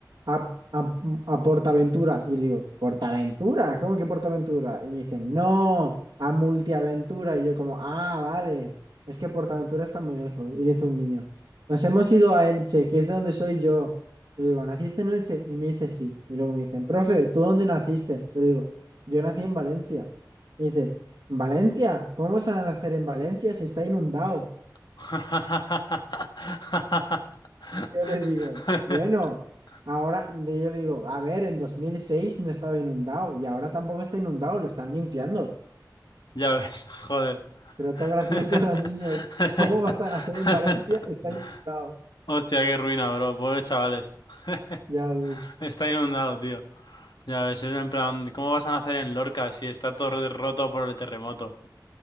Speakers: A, on the right; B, on the left.
A: a, a, a Portaventura. Y le digo, ¿Portaventura? ¿Cómo que Portaventura? Y me dicen, no, a Multiaventura. Y yo como, ah, vale, es que Portaventura está muy lejos. Y dice un niño, nos hemos ido a Elche, que es de donde soy yo. Y le digo, ¿naciste en Elche? Y me dice, sí. Y luego me dicen, profe, ¿tú dónde naciste? Y le digo, yo nací en Valencia. Y Dice. Valencia, ¿cómo se van a hacer en Valencia si está inundado?
B: <laughs>
A: Yo le digo, bueno, ahora de- yo le digo, a ver, en 2006 no estaba inundado y ahora tampoco está inundado, lo están limpiando.
B: Ya ves, joder. <laughs>
A: Pero todo gracioso <laughs> los niños, ¿cómo vas a nacer en Valencia? Está inundado.
B: Hostia, qué ruina, bro. Pobres chavales. <laughs>
A: Ya ves,
B: Está inundado, tío. Ya ves, es en plan, ¿cómo vas a nacer en Lorca si está todo re- roto por el terremoto?